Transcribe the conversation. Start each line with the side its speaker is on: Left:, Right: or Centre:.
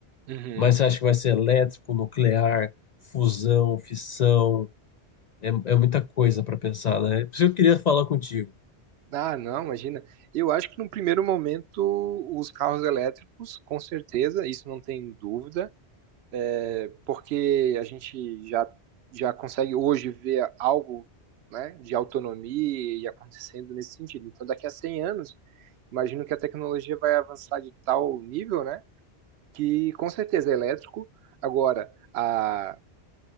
Right: Uhum.
Left: Mas você acha que vai ser elétrico, nuclear, fusão, fissão? É, é muita coisa para pensar, né? Por isso que eu queria falar contigo.
Right: Ah, não, imagina. Eu acho que no primeiro momento os carros elétricos, com certeza, isso não tem dúvida, é, porque a gente já, já consegue hoje ver algo, né, de autonomia e acontecendo nesse sentido. Então, daqui a 100 anos, imagino que a tecnologia vai avançar de tal nível, né, que com certeza é elétrico. Agora, a,